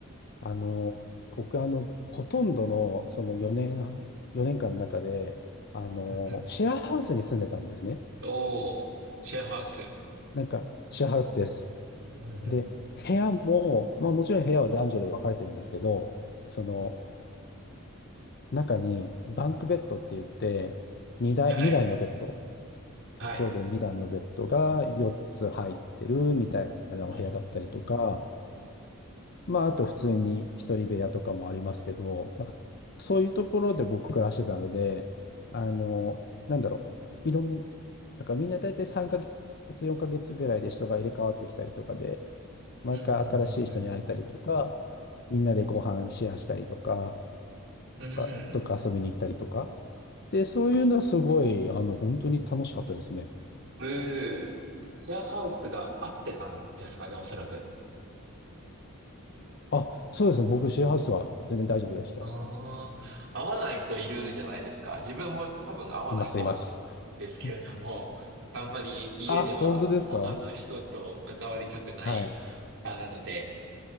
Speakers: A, on the left; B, on the right.
A: あの、僕あの、ほとんどのその4年、4年間の中で、あの、
B: うんうん。
A: シェアハウスに住んでたんですね。
B: おー、シェアハウス。
A: なんか、シェアハウスです。
B: うんうん。
A: で、部屋も、まあもちろん部屋は男女で分かれてるんですけど、その中にバンクベッドって言って、2台、
B: はい。
A: 2台のベッド。
B: はい。
A: 上下2段のベッドが4つ入ってるみたいなお部屋だったりとか、
B: うんうん。
A: まあ、あと普通に一人部屋とかもありますけど、なんかそういうところで僕暮らしてたので、あの、なんだろう、いろん、なんかみんな大体3ヶ月、4ヶ月ぐらいで人が入れ替わってきたりとかで、毎回新しい人に会えたりとか、
B: うんうんうんうん。
A: みんなでご飯シェアしたりとか、
B: うん。
A: か、とか遊びに行ったりとか。で、そういうのはすごい、あの、本当に楽しかったですね。
B: うー。シェアハウスが合ってたんですかね、おそらく。
A: あ、そうですね。僕、シェアハウスは全然大丈夫でした。
B: ああ、合わない人いるじゃないですか。自分も多分合わない方なんですけれども、
A: います、います。<laughs>
B: <laughs> あんまり家では他の人と関わりたくない
A: あ、本当ですかはい。
B: 派なので、